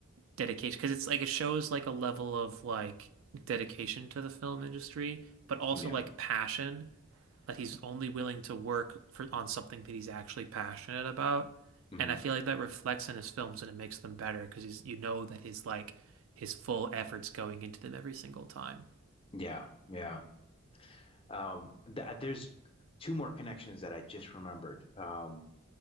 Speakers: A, on the right; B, on the left.
A: dedication because it's like it shows like a level of like dedication to the film industry, but also
B: Yeah.
A: like passion. that he's only willing to work for on something that he's actually passionate about.
B: hmm
A: And I feel like that reflects in his films and it makes them better because he's you know that his like his full efforts going into them every single time.
B: Yeah. Yeah. Um, th uh, there's two more connections that I just remembered. Um,